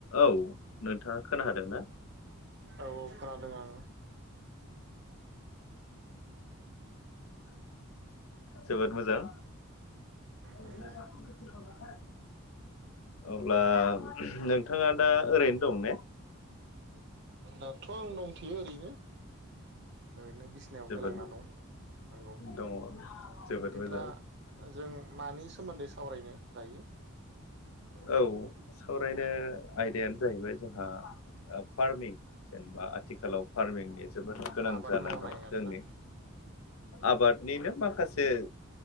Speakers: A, on the left; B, on the right.
A: औ नोंथाङा खोना हादों ना?
B: औ औ खोनादों आङो।
A: जोबोद मोजां <unintelligible>
B: नंगौ
A: अब्ला नोंथाङा दा ओरैनो दं
B: दाथ' आं दंथयो ओरैनो। ओरैनो बिसिनायाव
A: जोबोद
B: गोलांना दं नंगौ
A: दङ जोबोद
B: बिदिब्ला
A: मोजां
B: जों मानि सोमोन्दै सावरायनो दायो
A: औ सावरायनो आयदायानो जाहैबाय जोंहा ओ फार्मिं जेनेबा आथिखालाव फार्मिंनि जोबोद गोनां
B: आबाद
A: जानानै
B: मावनाय
A: दं
B: आरोना
A: जोंनि आबादनिनो माखासे